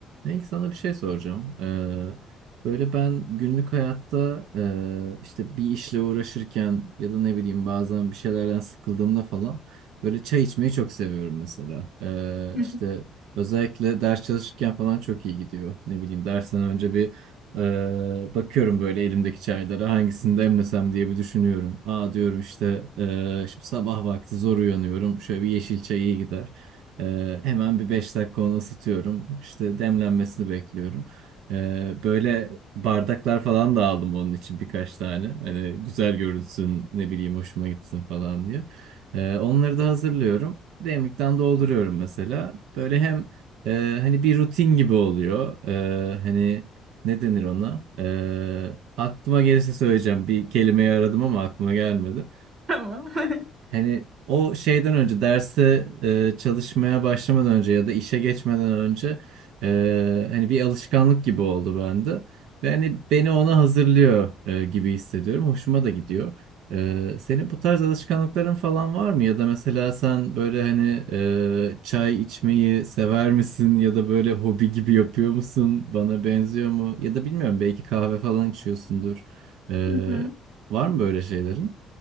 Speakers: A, on the right (about 80°); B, on the right (about 40°).
A: Belki sana bir şey soracağım. Ee, böyle ben günlük hayatta e, işte bir işle uğraşırken ya da ne bileyim bazen bir şeylerden sıkıldığımda falan böyle çay içmeyi çok seviyorum mesela. Ee,
B: <laughs>
A: işte özellikle ders çalışırken falan çok iyi gidiyor. Ne bileyim dersten önce bir e, bakıyorum böyle elimdeki çaylara hangisini demlesem diye bir düşünüyorum. Aa diyorum işte e, şimdi sabah vakti zor uyanıyorum şöyle bir yeşil çay iyi gider. Ee, hemen bir 5 dakika onu ısıtıyorum. İşte demlenmesini bekliyorum. Ee, böyle bardaklar falan da aldım onun için birkaç tane. Hani güzel görünsün, ne bileyim hoşuma gitsin falan diye. Ee, onları da hazırlıyorum. Demlikten dolduruyorum mesela. Böyle hem e, hani bir rutin gibi oluyor. Ee, hani ne denir ona? Ee, aklıma gelirse söyleyeceğim. Bir kelimeyi aradım ama aklıma gelmedi.
B: Tamam. <laughs>
A: Hani o şeyden önce derse e, çalışmaya başlamadan önce ya da işe geçmeden önce e, hani bir alışkanlık gibi oldu bende. Ve hani beni ona hazırlıyor e, gibi hissediyorum. Hoşuma da gidiyor. E, senin bu tarz alışkanlıkların falan var mı? Ya da mesela sen böyle hani e, çay içmeyi sever misin? Ya da böyle hobi gibi yapıyor musun? Bana benziyor mu? Ya da bilmiyorum belki kahve falan içiyorsundur. E,
B: Hı hı.
A: var mı böyle şeylerin?